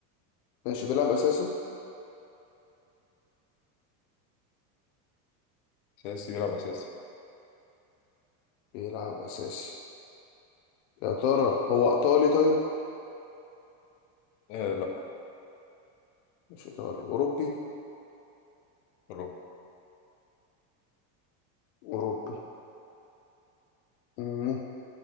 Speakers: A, on the left; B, on the left.
A: ماشي بيلعب أساسي
B: أساسي بيلعب أساسي
A: بيلعب أساسي يا ترى هو إيطالي طيب
B: آه لا
A: مش إيطالي أوروبي
B: أوروبي
A: أوروبي مم.